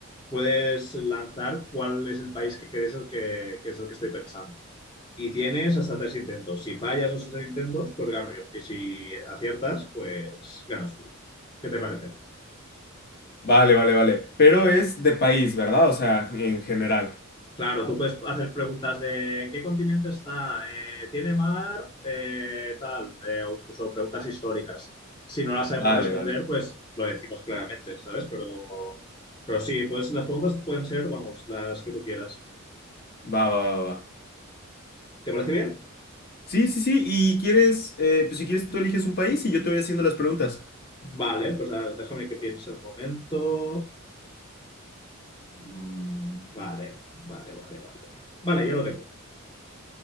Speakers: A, on the left (about 20°); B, on the left (about 45°).
A: puedes lanzar cuál es el país que crees el que, que es el que estoy pensando. Y tienes hasta tres intentos. Si fallas esos tres intentos, pues gano yo. Y si aciertas, pues ganas tú. ¿Qué te parece?
B: Vale, vale, vale. Pero es de país, ¿verdad? O sea, en general.
A: Claro, tú puedes hacer preguntas de ¿en qué continente está? Eh, ¿tiene mar? Eh, tal, eh, o incluso preguntas históricas. Si no las sabemos
B: Vale,
A: responder,
B: vale.
A: pues lo decimos claramente, ¿sabes? Pero, pero sí, pues las preguntas pueden ser, vamos, las que tú quieras.
B: Va, va, va, va.
A: ¿Te parece bien?
B: Sí, sí, sí. Y quieres, eh, pues si quieres tú eliges un país y yo te voy haciendo las preguntas.
A: Vale, pues a ver, déjame que piense un momento. Mm, vale, vale, vale, vale, vale. Vale, ya lo tengo.